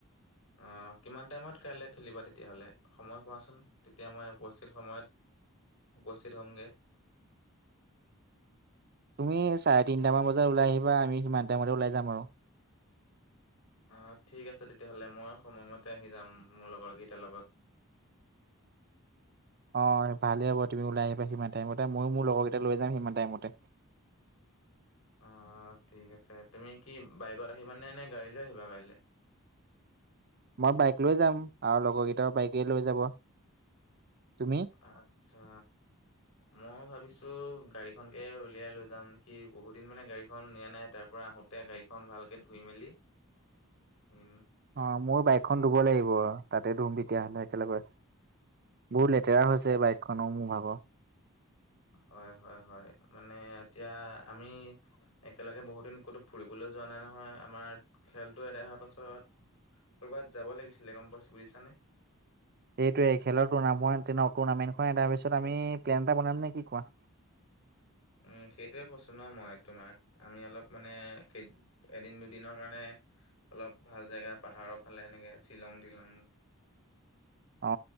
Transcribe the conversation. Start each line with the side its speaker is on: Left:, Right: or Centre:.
Left: অ কিমান টাইমত কাইলে খেলিবা তেতিয়াহ'লে। সময় কোৱাচোন তেতিয়া মই উপস্থিত সময়ত উপস্থিত হ'মগে।
Right: তুমি চাৰে তিনটা মান বজাত ওলাই আহিবা আমি সিমান টাইমতে ওলাই যাম আৰু।
Left: অ ঠিক আছে তেতিয়াহ'লে মই সময়মতে আহি যাম মোৰ লগৰকেইটাৰ লগত।
Right: অ ভালে হ'ব তুমি ওলাই আহিবা সিমান টাইমতে ময়ো মোৰ লগৰ কেইটা লৈ যাম সিমান টাইমতে।
Left: অ ঠিক আছে তুমি কি বায়েকত আহিবানে নে গাড়ী লৈ আহিবা কাইলে?
Right: মই বায়েক লৈ যাম আৰু লগৰ কেইটাও বায়েকে লৈ যাব। তুমি?
Left: আতচ্ছা মও ভাবিছোঁ গাড়ীখনকে উলিয়াই লৈ যাম নেকি বহুত দিন মানে গাড়ীখন নিয়া নাই তাৰ পৰা আহো তে গাড়ীখন ভালকে ধুই মেলি নিম।
Right: অ ময়ো বায়েকখন ধুব লাগিব তাতে ধুম তেতিয়াহ'লে একেলগে। বহুত লেতেৰা হৈছে বায়েক খনো মোৰ ভাগ
Left: হয় হয় হয় মানে এতিয়া আমি একেলগে বহুত দিন ক'তো ফুৰিবলৈ যোৱা নাই নহয় আমাৰ খেলতো এদায় হোৱাৰ পাছত- ক'ৰবাত যাব লাগিছিলে গম পাইছ বুজিছানে।
Right: এইটোৱেখেলৰ টুৰ্নামেণ্ট টুৰ্নামেণ্ট খনে তাৰ পিছত আমি প্লেন এটা বনাম নে কি কোৱা,
Left: উম সেইটোৱে কৈছোঁ ন মই তোমাক। আমি অলপ মানে কেই এদিন দুদিনৰ কাৰণে অলপ ভাল জেগা পাহাৰৰ ফালে এনেকে শ্বিলং তিলং
Right: অ